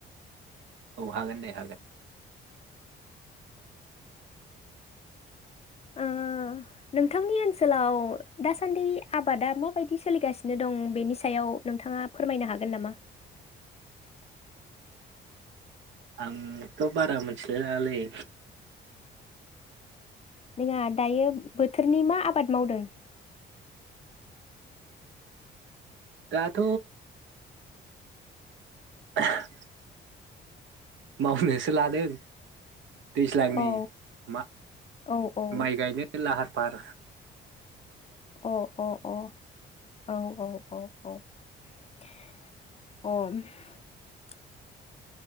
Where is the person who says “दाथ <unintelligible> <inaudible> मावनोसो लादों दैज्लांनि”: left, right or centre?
Right